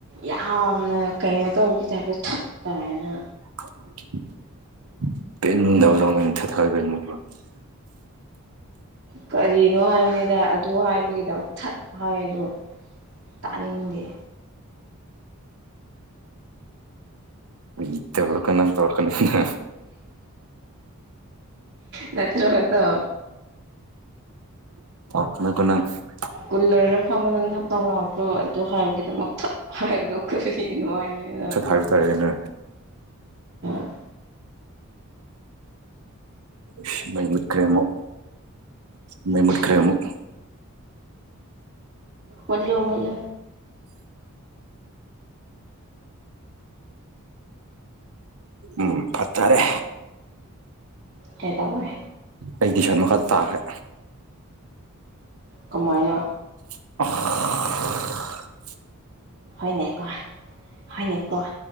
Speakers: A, on the right; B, on the right.
A: ꯌꯥꯝꯅ ꯀꯩꯅꯣ ꯇꯧꯕꯩ ꯇꯥꯞꯏꯇ ꯊꯠ ꯀꯥꯏꯅ
B: <inaudible> <unintelligible>
A: ꯀꯔꯤꯅꯣ ꯍꯥꯏꯕꯅꯤꯗ ꯑꯗꯨ ꯍꯥꯏꯕꯒꯤꯗꯃꯛ ꯊꯠ ꯍꯥꯏꯗꯣ ꯇꯥꯅꯤꯡꯗꯦ
B: <unintelligible>
A: <inaudible> ꯅꯠꯇ꯭ꯔꯣ ꯑꯗꯣ
B: <unintelligible>
A: ꯀꯨꯂꯔꯗ ꯐꯝꯕꯗꯣ <unintelligible> ꯑꯗꯨ ꯍꯥꯢꯕꯒꯤꯗꯃꯛ ꯊꯠ ꯍꯥꯢꯕꯗꯣ ꯀꯔꯤ ꯅꯣ ꯍꯥꯢꯕꯅꯤꯗ
B: ꯁꯠ ꯍꯥꯏꯕ ꯇꯥꯔꯦꯅꯦ
A: <inaudible>
B: ꯁꯤꯁ ꯃꯩ ꯃꯨꯠꯈ꯭ꯔꯦ ꯑꯃꯨꯛ ꯃꯩ ꯃꯨꯠꯈ꯭ꯔꯦ
A: ꯊꯠ
B: ꯑꯃꯨꯛ
A: ꯃꯨꯠꯂꯨ ꯃꯨꯠꯂꯨ
B: ꯎꯝ ꯐꯠꯇꯔꯦ
A: ꯀꯩꯗꯧꯔꯦ
B: ꯑꯩ ꯇꯤꯁꯥꯔꯠ ꯃꯈꯥꯗ ꯇꯥꯈ꯭ꯔꯦ
A: ꯀꯃꯥꯏꯅ
B: <unintelligible>
A: ꯍꯣꯏꯅꯦꯀꯣ ꯍꯣꯏꯅꯦꯀꯣ